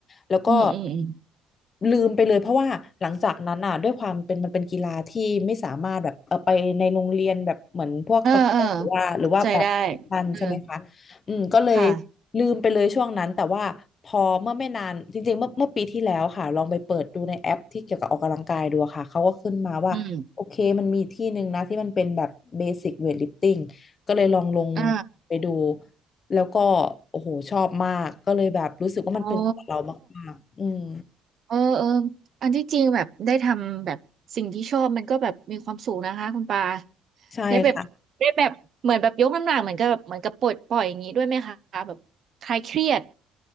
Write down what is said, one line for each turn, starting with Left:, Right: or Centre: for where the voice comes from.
Left: แล้วก็
Right: อืม อืมอืม
Left: ลืมไปเลยเพราะว่าหลังจากนั้นอ่ะด้วยความเป็นมันเป็นกีฬาที่ไม่สามารถแบบเออไปในโรงเรียนแบบเหมือนพวกตะกร้อหรือว่าหรือว่าแบบแข่ันใช่ไหมคะ
Right: เออเออเข้าใจได้เออ
Left: อืมก็เลย
Right: ค่ะ
Left: ลืมไปเลยช่วงนั้นแต่ว่าพอเมื่อไม่นานจริงๆเมื่อเมื่อปีที่แล้วค่ะลองไปเปิดดูในแอปที่เกี่ยวกับออกกำลังกายดูอะค่ะเขาก็ขึ้นมาว่าโอเคมันมีที่หนึ่งนะที่มันเป็นแบบเบสิ
Right: อืม
Left: c เวทลิฟติ้งก็เลยลองลง
Right: อ่า
Left: ไปดู แล้วก็โอ้โหชอบมากก็เลยแบบรู้สึกว่ามันเป็นตัวเรามากๆอืม
Right: โอ้เออเอออันที่จริงแบบได้ทำแบบสิ่งที่ชอบมันก็แบบมีความสุขนะคะคุณปา
Left: ใช่ค่ะ
Right: ได้แบบได้แบบเหมือนแบบยกน้ำหนักเหมือนกับแบบเหมือนกับปลดปล่อยอย่างนี้ด้วยไหมคะแบบคลายเครียด